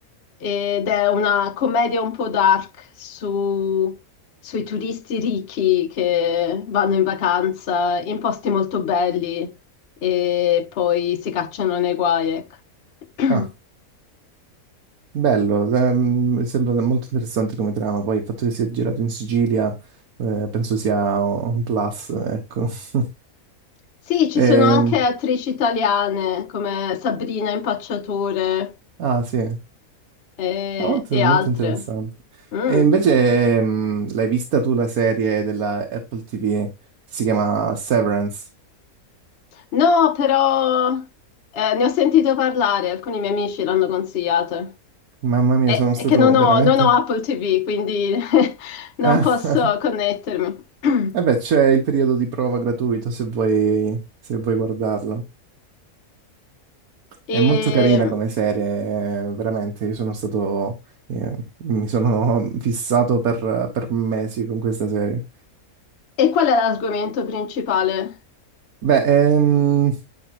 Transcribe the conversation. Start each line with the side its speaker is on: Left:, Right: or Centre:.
Left: ed è una commedia un po' dark su- sui turisti ricchi che vanno in vacanza in posti molto belli e poi si cacciano nei guai. ecco. <clears throat>
Right: ah, bello, ehm, sembra molto interessante come trama. Poi il fatto che sia girato in Sicilia, eh, penso sia un un plus, ecco. <laughs>
Left: Sì, ci
Right: Ehm,
Left: sono anche attrici italiane come Sabrina Impacciatore
Right: ah, sì.
Left: e,
Right: Ah, Molto,
Left: e
Right: molto
Left: altre.
Right: interessante.
Left: Mm.
Right: E invece, mh, l'hai vista tu la serie della Apple TV? Si chiama Severance.
Left: No, però eh, ne ho sentito parlare, alcuni miei amici l'hanno consigliato.
Right: Mamma mia,
Left: È
Right: sono stato
Left: è che non
Right: veramente...
Left: ho, non ho Apple TV, quindi <laughs> non
Right: Ah,
Left: posso
Right: <laughs>
Left: connettermi. <clears throat>
Right: e beh, c'è il periodo di prova gratuito se vuoi, se vuoi guardarla.
Left: E,
Right: È molto carina come serie, eh, veramente. Io sono stato... eh, mi sono fissato per, per mesi con questa serie.
Left: e qual è l'argomento principale?
Right: Beh, ehm,